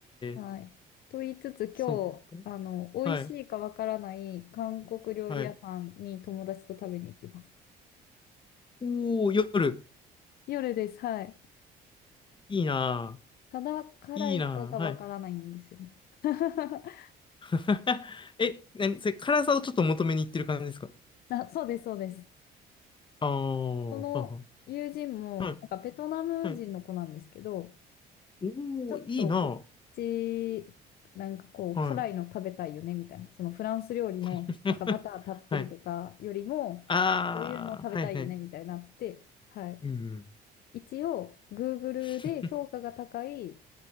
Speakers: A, on the left; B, on the left.
A: はい。
B: ー、
A: と言いつつ、今日、
B: そっか。
A: あの、美味しいかわからない韓国料理屋さんに友達と食べに行きます。
B: はい、はい。おー、夜。
A: 夜です。はい。
B: いいなぁ。
A: ただ辛いかがわからないんですよね。
B: いいなぁ。はい。
A: <laughs>
B: <laughs> え、何それ、辛さをちょっと求めに行ってる感じですか
A: あ、そうです、そうです。
B: ああー、
A: その友人も、
B: はいはい。は
A: なんかベトナム人の子なんですけど、
B: い、はい。おー、
A: ちょっとこっち、
B: いいな。
A: なんかこう、
B: はい。
A: 辛いの食べたいよね、みたいな。そのフランス料理の、
B: <laughs>
A: なんかバターたっぷりとかよりも、
B: はい。ああ、
A: こういうの食べたいよね、
B: はい、はい。
A: みたいになって、はい。
B: うん。
A: 一応、Google
B: <laughs>
A: で評価が高い、